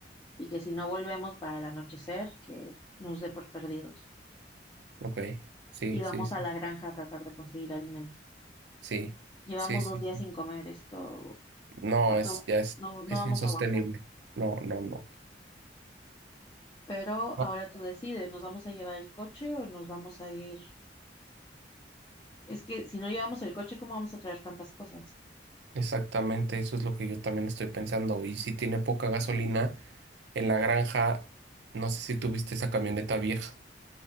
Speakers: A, on the left; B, on the right.
A: Y que si no volvemos para el anochecer, que nos dé por perdidos.
B: Ok, sí,
A: y vamos
B: sí, sí,
A: a la granja a tratar de conseguir alimento.
B: sí,
A: Llevamos
B: sí, sí.
A: dos días
B: sí.
A: sin comer esto.
B: No,
A: ¿Cuánto?
B: es, ya es,
A: No, no
B: es
A: vamos
B: insostenible.
A: a aguantar.
B: No, no, no.
A: Pero
B: No,
A: ahora tú decides, ¿nos vamos a llevar el coche o nos vamos a ir? Es que si no llevamos el coche, ¿cómo vamos a traer tantas cosas?
B: Exactamente, eso es lo que yo también estoy pensando. Y si tiene poca gasolina, en la granja, no sé si tuviste esa camioneta vieja.